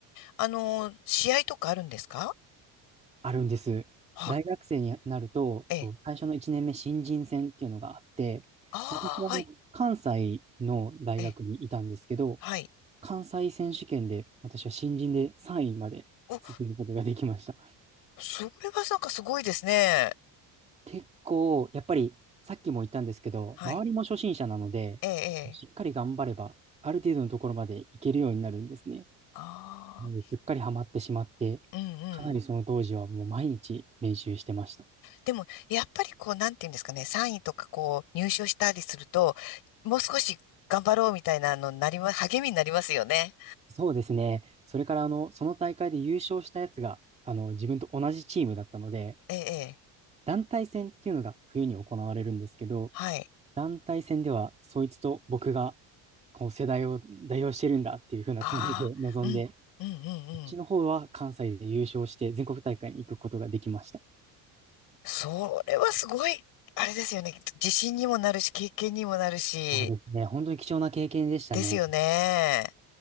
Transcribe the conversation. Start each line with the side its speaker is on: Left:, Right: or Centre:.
Left: あのー、試合とかあるんですか
Right: あるんです。
Left: はい。
Right: 大学生になると、
Left: ええ。
Right: こう、最初の1年目新人戦っていうのがあって、
Left: ああ、
Right: 私はあの関西の大学にいたんですけど、
Left: はい。ええ。はい。
Right: 関西選手権で私は新人で3位まで進むことができました。
Left: お、それはなんかすごいですね。
Right: 結構、やっぱりさっきも言ったんですけど、
Left: はい。
Right: 周りも初心者なので、
Left: ええ、ええ。
Right: しっかり頑張れば、ある程度のところまでいけるようになるんですね。
Left: ああ、
Right: なのですっかりハマってしまって、
Left: うんうん。
Right: かなりその当時はもう毎日練習してました。
Left: でも、やっぱりこう、なんていうんですかね、3位とかこう、入賞したりすると、もう少し頑張ろうみたいなのになりま、励みになりますよね。
Right: そうですね。それから、あの、その大会で優勝したやつが、あの、自分と同じチームだったので、
Left: ええ、ええ
Right: 団体戦っていうのが冬に行われるんですけど、
Left: はい。
Right: 団体戦では、そいつと僕が、こう、世代を代表してるんだっていう風なつもりで臨んで、
Left: ああ、うん、うん、うん、
Right: そっちの方は関西で優勝して全国大会に行くことができました。
Left: うん。それはすごい、あれですよね。自信にもなるし、経験にもなるし、
Right: そうですね。本当に貴重な経験でしたね。
Left: ですよね。